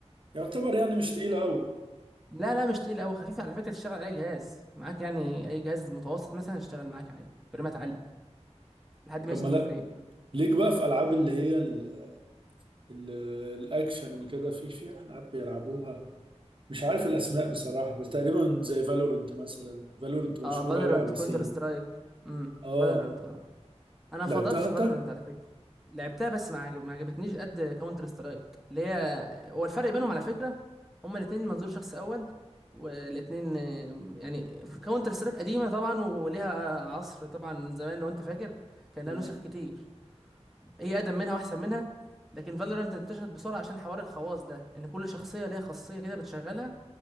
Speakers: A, on the right; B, in the centre.
A: يعتبر يعني مش تقيلة قوي
B: لا لا مش تقيل قوي خفيف على فكره تشتغل على اي جهاز معاك يعني اي جهاز متوسط مثلا يشتغل معاك عادي فريمات عاليه لحد 160
A: طب ما لا
B: فريم
A: ليك بقى في ألعاب اللي هي ال- ال- الأكشن وكده في في ألعاب بيلعبوها مش عارف الاسماء بصراحه بس تقريبا زي فالورنت مثلا فالورنت مشهوره
B: اه فالورانت
A: قوي على البي
B: كونتر
A: سي
B: سترايك امم
A: اه
B: فالورانت انا
A: لعبتها
B: فضلت في
A: انت
B: فالورنت على فكره لعبتها بس ما عجب- ما عجبتنيش قد كاونتر سترايك اللي هي هو الفرق بينهم على فكره هما الاثنين منظور شخص اول والاثنين يعني كاونتر سترايك قديمه طبعا وليها عصر طبعا زمان لو انت فاكر كان
A: مم.
B: لها نسخ كتير هي اقدم منها واحسن منها لكن فالورانت انتشرت بسرعه عشان حوار الخواص ده ان كل شخصيه ليها خاصيه كده بتشغلها